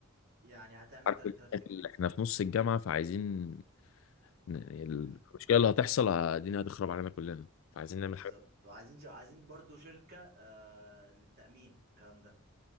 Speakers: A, on the right; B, on the left.
A: يعني هتعمل
B: عارف
A: 3000 تيكت
B: ال- احنا في نص الجامعه فعايزين ن- المشكله
A: امم
B: اللي هتحصل الدنيا هتخرب علينا كلنا فعايزين
A: بالظبط
B: نعمل حاجه
A: وعايزين ش... عايزين برضو شركة آه للتأمين والكلام ده